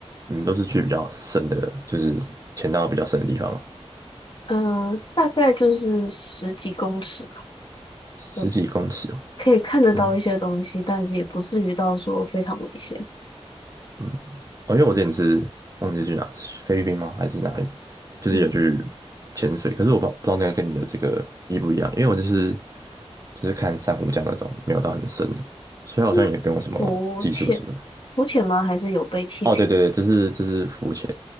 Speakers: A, on the right (about 30°); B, on the left (about 50°).
A: 你们都是去比较深的，就是潜到比较深的地方嘛，
B: 嗯、大概就是十几公尺吧，
A: 十几公尺哦。
B: 就可以看得到一些东西，
A: 嗯
B: 但是也不至于到说非常危险。
A: 嗯，哦，因为我之前是忘记去哪，菲律宾吗？还是哪里？就是有去
B: 嗯，
A: 潜水，可是我不不知道那个跟你的这个一不一样，因为我就是就是看珊瑚礁那种，没有到很深的，所以好像也不用什么技术什么的。
B: 是浮潜，浮潜吗？还是有被气瓶？
A: 哦，对对对，这是这是浮潜，